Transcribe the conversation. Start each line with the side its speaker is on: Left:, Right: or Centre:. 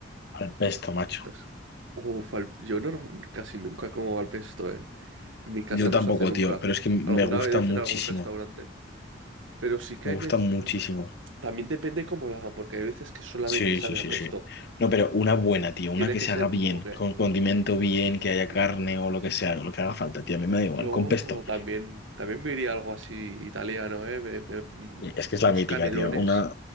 Left: al pesto, macho.
Right: Estas, Uf, al- yo norm- casi nunca como al pesto, ¿eh? En mi casa
Left: Yo tampoco,
Right: no se hace nunca.
Left: tío, pero es que me
Right: Alguna
Left: gusta
Right: vez
Left: muchísimo,
Right: en algún restaurante. Pero sí que
Left: me
Right: hay
Left: gusta
Right: veces...
Left: muchísimo.
Right: También depende cómo lo hagan, porque hay veces que solamente
Left: Sí,
Right: sabe
Left: sí, sí,
Right: a pesto.
Left: sí. No, pero una buena, tío, una
Right: Tiene
Left: que
Right: que
Left: se
Right: ser
Left: haga
Right: un
Left: bien,
Right: toque.
Left: con condimento bien, que haya
Right: Sí.
Left: carne o lo que sea, lo que haga falta, tío, a mí me da igual,
Right: Yo
Left: con pesto.
Right: también, también me iría algo así italiano, ¿eh? Me- me- un-
Left: Y Es que es
Right: unos
Left: la mítica,
Right: canelones.
Left: tío, una...